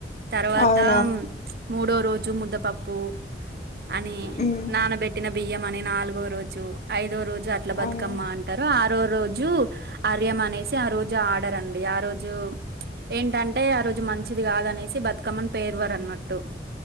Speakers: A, on the right (about 60°); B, on the left (about 40°).
A: తర్వాత
B: అవునవును
A: మూడో రోజు ముద్దపప్పు అని
B: ఉమ్,
A: నానబెట్టిన బియ్యం మని నాలుగో రోజు ఐదో రోజు అట్లా బతుకమ్మ
B: అవును
A: అంటారు ఆ మరో రోజు అర్యమ అనేసి ఆ రోజు ఆడరండి ఆ రోజు ఏంటంటే ఆ రోజు మంచిది కాదనేసి బతుకమ్మని పేరువర అన్నట్టు